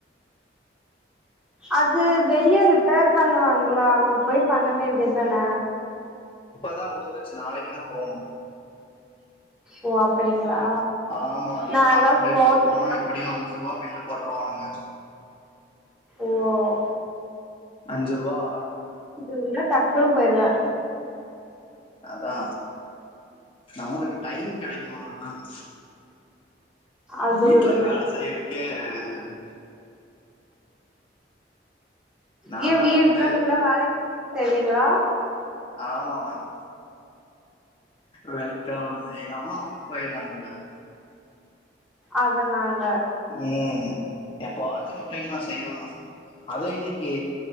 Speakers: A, in the centre; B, on the left.
A: அது வெய்யருப் ப்பேர் பண்ணுவாங்கல்ல அங்க போய் பண்ண வேண்டியதான
B: இப்பதா உழுந்துச்சு நாளைக்குதா போனும்
A: ஓ அப்படிங்களா
B: ஆமா ஈ
A: நான்லா
B: ப்ளாணின்ட்ட
A: ஃபோன்
B: எடுத்துட் போனா எப்புடியு அஞ்சு ருவா பில்லு போட்ருவானுங்க
A: ஓ
B: அஞ்சு ருவா
A: இவுங்ளுக்லா டக்குனு போயிருவ
B: அதா நம்மளுக்கு டைம் கெடைக்கணுல்ல மேம்
A: அதுவு
B: வீட்ல
A: இருக்கு
B: வேல செய்யறக்கே ம் நான்
A: ஏ
B: தான்
A: வீட்ல
B: வந்து
A: ஃபுல்லா வேலை செய்வீங்களா
B: ஆமா மேம் வெக்க வருது எங்க அம்மா போயிருந்தாங்க மேம்
A: அதனால்
B: ம் எப்பவாச்சும் ஒரு டைம் நான் செய்வ மேம் அது இன்னைக்கு